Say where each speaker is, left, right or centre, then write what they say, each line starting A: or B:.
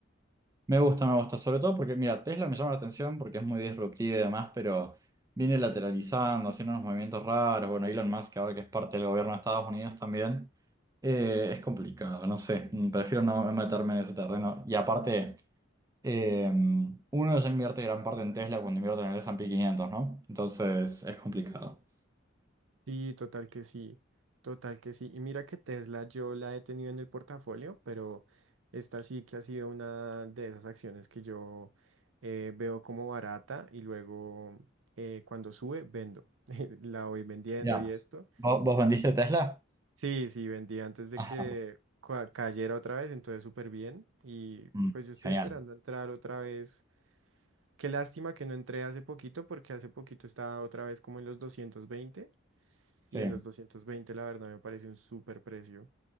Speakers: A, on the right; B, on the right.
A: Me gusta, me gusta, sobre todo porque, mira, Tesla me llama la atención porque es muy disruptiva y demás, pero viene lateralizando, haciendo unos movimientos raros. Bueno, Elon Musk, ahora que es parte del gobierno de Estados Unidos también, eh, es complicado, no sé, mm, prefiero no no meterme en ese terreno. Y aparte, eh, uno ya invierte gran parte en Tesla cuando invierte en el S&P 500, ¿no? Entonces es complicado.
B: Sí, total que sí, total que sí. Y mira que Tesla yo la he tenido en el portafolio, pero esta sí que ha sido una de esas acciones que yo eh, veo como barata y luego eh, cuando sube vendo. <laughs> La voy vendiendo
A: Ya,
B: y esto.
A: ¿Vos, vos vendiste Tesla?
B: Sí, sí, vendí antes de
A: Ajá,
B: que cua- cayera otra vez, entonces súper bien. Y
A: mm,
B: pues yo estoy
A: genial,
B: esperando entrar otra vez. Qué lástima que no entré hace poquito, porque hace poquito estaba otra vez como en los 220.
A: sí.
B: Y en los 220, la verdad, me parece un súper precio.